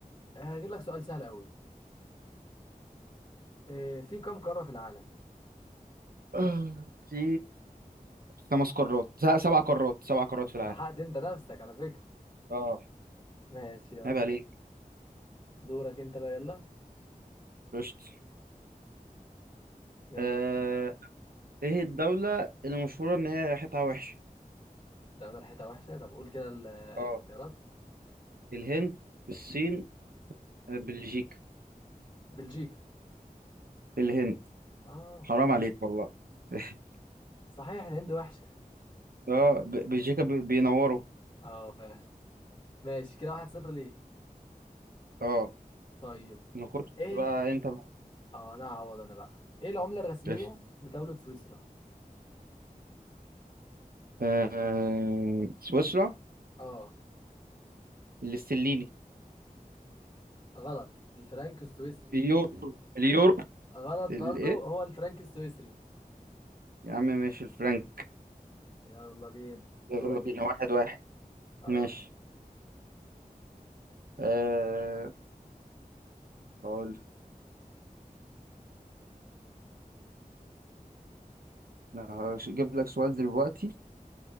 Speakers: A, on the left; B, on the right.
A: آه، هجيب لك سؤال سهل قوي آه، في كم قارة في العالم
B: آه. في خمس قارات س- سبع قارات سبع قارات في العالم
A: لحقت انت نفسك على فكرة
B: اه
A: ماشي يلا
B: عيب عليك
A: دورك انت بقى يلا
B: رشت
A: يلا
B: آه...
A: بينا
B: ايه الدولة اللي مشهورة ان هي ريحتها وحشة
A: ده ده ريحتها وحشة طب قول كده ال- الاختيارات
B: اه الهند الصين آه، بلجيكا
A: بلجيكا
B: الهند
A: اه
B: حرام
A: ماشي
B: عليك والله <laughs>
A: صحيح الهند وحشة
B: اه ب- بلجيكا بي- بينوروا
A: اه فعلا ماشي كده واحد صفر ليك
B: اه
A: طيب
B: نخش
A: ايه
B: بقى انت بقى
A: اه انا هعوض انا بقى ايه العملة الرسمية
B: ايش
A: لدولة سويسرا
B: آه... سويسرا
A: اه
B: الاستليني
A: غلط الفرنك السويسري
B: اليورو اليورو
A: غلط برضو
B: الايه
A: هو الفرنك السويسري
B: يا عم ماشي الفرنك
A: يلا بينا
B: يلا
A: دورك
B: بينا
A: انت
B: واحد واحد
A: اه
B: ماشي أه هقول أنا هجيب لك سؤال دلوقتي